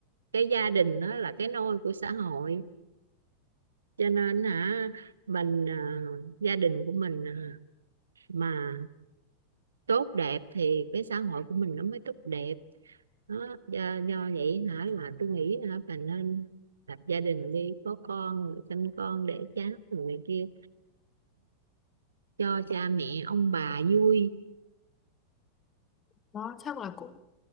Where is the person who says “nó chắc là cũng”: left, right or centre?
Left